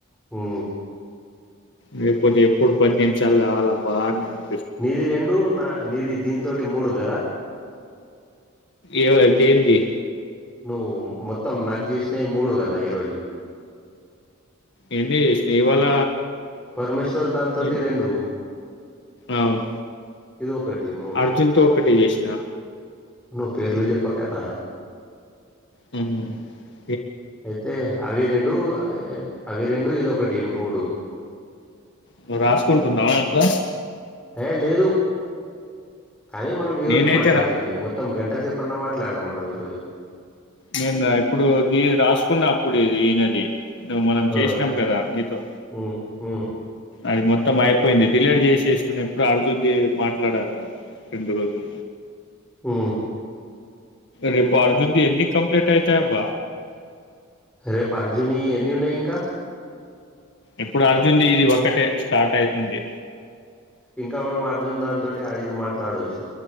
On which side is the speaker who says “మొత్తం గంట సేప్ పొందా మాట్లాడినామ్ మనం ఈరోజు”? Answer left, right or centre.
Centre